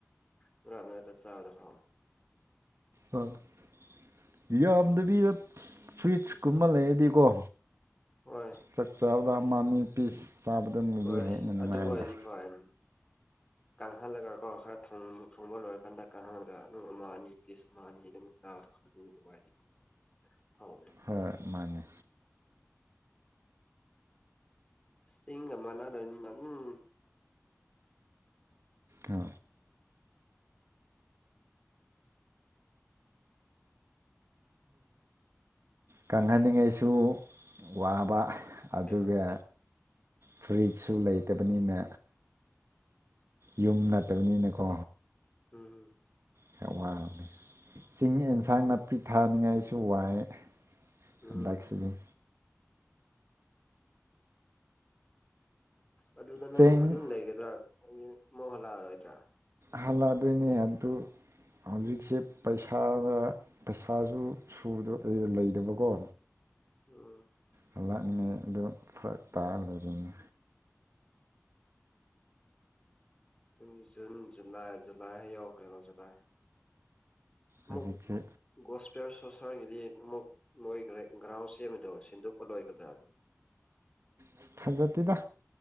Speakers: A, on the left (about 20°); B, on the right (about 60°).
A: ꯃꯔꯛ ꯃꯔꯛꯇ ꯆꯕꯗꯣ ꯍꯥꯏꯋꯦ
B: ꯍꯣꯏ ꯌꯥꯝꯗꯕꯤꯗ ꯐꯨꯏꯠꯁꯀꯨꯝꯕ ꯂꯩꯔꯗꯤꯀꯣ
A: ꯍꯣꯏ
B: ꯆꯥꯛ ꯆꯥꯕꯗ ꯃꯥꯅꯤ ꯄꯤꯁ ꯆꯥꯕꯗꯨꯃꯗꯤ
A: ꯑꯁ
B: ꯍꯦꯟꯅ ꯅꯨꯡꯉꯥꯏꯗ
A: ꯑꯗꯨꯝ ꯑꯣꯏꯔꯗꯤ ꯐ꯭ꯌꯤꯝ ꯀꯪꯍꯜꯂꯒꯀꯣ ꯈꯔ ꯊꯣꯡ ꯊꯣꯡꯕ ꯂꯣꯏꯔ ꯍꯟꯗꯛꯀ ꯍꯥꯡꯉꯒ ꯑꯗꯨꯝ ꯑꯃ ꯑꯅꯤ ꯄꯤꯁ ꯑꯃ ꯑꯅꯤ ꯑꯗꯨꯝ ꯆꯥꯔꯣ ꯑꯗꯨ ꯋꯥꯗꯤ <unintelligible> ꯑꯧ
B: ꯍꯣꯏ ꯃꯥꯅꯦ
A: ꯆꯤꯡꯒ ꯃꯥꯅꯗꯝꯅꯤꯅ ꯑꯗꯨꯝ
B: ꯑ ꯀꯪꯍꯟꯅꯤꯡꯉꯥꯏꯁꯨ ꯋꯥꯕ ꯑꯗꯨꯒ
A: ꯀꯩꯕ
B: ꯐ꯭ꯔꯤꯖꯁꯨ ꯂꯩꯇꯕꯅꯤꯅ ꯌꯨꯝ ꯅꯠꯇꯕꯅꯤꯅꯀꯣ
A: ꯎꯝ
B: ꯈꯔ ꯋꯥꯔꯝꯅꯤ ꯆꯤꯡ ꯑꯦꯟꯁꯥꯡ ꯅꯥꯄꯤ ꯊꯥꯅꯤꯡꯉꯥꯏꯁꯨ ꯋꯥꯏꯌꯦ
A: ꯎꯝ
B: ꯍꯟꯗꯛꯁꯤꯅꯤ
A: ꯑꯗꯨꯗ ꯅꯪ
B: ꯆꯦꯡ
A: ꯑꯗꯨꯝ ꯂꯩꯒꯗ꯭ꯔꯥ ꯃꯣ ꯍꯜꯂꯛꯑꯔꯣꯏꯗ꯭ꯔꯥ
B: ꯍꯜꯂꯛꯑꯗꯣꯏꯅꯦ ꯑꯗꯨ ꯍꯧꯖꯤꯛꯁꯦ ꯄꯩꯁꯥꯗ ꯄꯩꯁꯥꯁꯨ ꯁꯨꯗꯕ ꯂꯩꯇꯕꯀꯣ
A: ꯎꯝ
B: ꯍꯂꯛꯅꯤ ꯑꯗꯨ ꯐꯔꯛ ꯇꯥꯔꯒ ꯂꯩꯔꯤꯅꯤ
A: ꯖꯨꯟ ꯖꯨꯟ ꯖꯨꯂꯥꯏ ꯖꯨꯂꯥꯏ ꯌꯧꯈ꯭ꯔꯦꯀꯣ ꯖꯨꯂꯥꯏ ꯑꯃꯨꯛ
B: ꯍꯧꯖꯤꯛꯊꯤ
A: ꯒꯣꯁꯄꯤꯌꯔ ꯁꯣꯁꯔꯒꯤꯗꯤ ꯑꯃꯨꯛ ꯅꯣꯏ ꯒ꯭ꯔꯥꯎꯟ ꯁꯦꯝꯕꯗꯣ ꯁꯤꯟꯗꯣꯛꯄ ꯂꯣꯏꯒꯗ꯭ꯔ
B: ꯑꯁ ꯊꯥꯖꯠꯇꯤꯗ